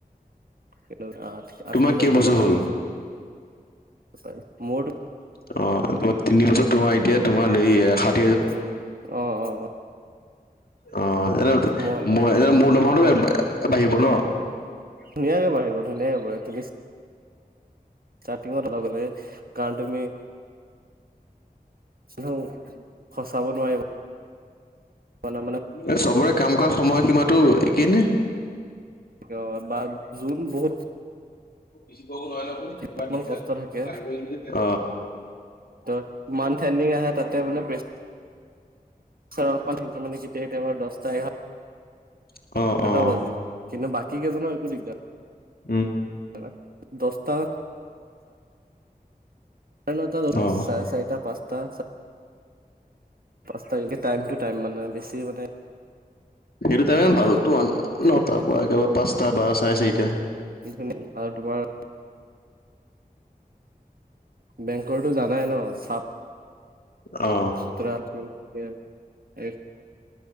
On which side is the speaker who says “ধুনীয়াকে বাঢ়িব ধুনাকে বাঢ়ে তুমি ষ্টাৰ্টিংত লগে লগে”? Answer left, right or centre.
Right